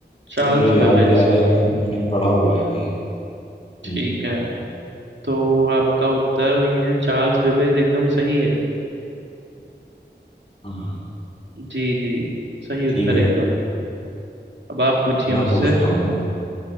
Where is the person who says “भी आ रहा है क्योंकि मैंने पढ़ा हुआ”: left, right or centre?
Left